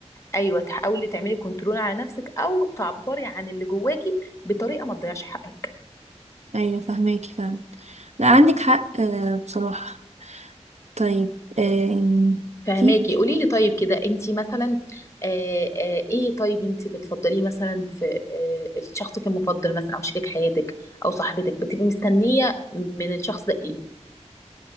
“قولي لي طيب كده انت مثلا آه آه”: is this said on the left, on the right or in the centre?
Left